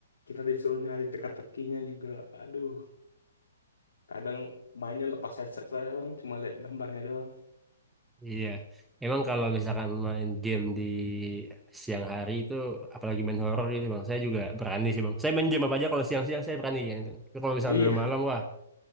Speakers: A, on the left; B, in the centre.
A: kita disuruh nyari teka-tekinya juga aduh Kadang mainnya lepas headset saya bang, cuma lihat gambarnya doang.
B: Iya. Emang kalau misalkan main game di siang hari itu, apalagi main horor gitu bang, saya juga berani sih bang. Saya main game apa aja kalau siang-siang saya berani gitu. Tapi kalau misalkan
A: Iya,
B: udah malam, wah,